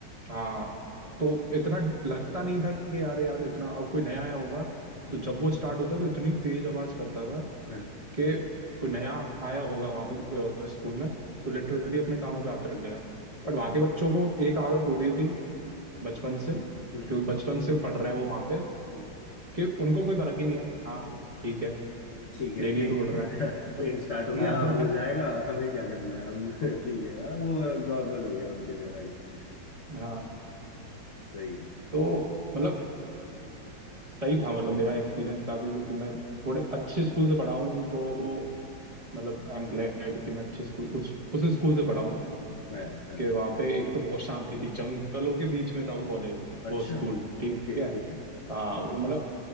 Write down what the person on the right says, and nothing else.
हाँ तो इतना लगता नहीं था कि यार यार इतना अब कोई नया आया होगा तो
जब वो स्टार्ट होता तो इतनी तेज आवाज करता था
कि कोई नया आया होगा वहां पे स्कूल में तो लिटरली
अपने कानों पे हाथ रख लेगा बट
वहां के बच्चों को एक आदत हो गई थी बचपन से
क्योंकि बचपन से पढ़ रहे हैं वो वहां पे
कि उनको कोई फर्क ही नहीं है हाँ ठीक है
प्लेन
ही तो उड़ रहा है
मतलब
<laughs>
हाँ हाँ,
तो मतलब सही था मतलब मेरा एक्सपीरियंस काफी क्योंकि मैं थोड़े अच्छे स्कूल से पढ़ा हूँ तो
मतलब आई एम ग्लैड कि मैं अच्छे स्कूल उस उस स्कूल से पढ़ा हूँ
कि वहाँ पे एक तो बहुत शांति थी जंगलों के बीच में था वो कॉलेज वो
स्कूल ठीक
है
हाँ वो मतलब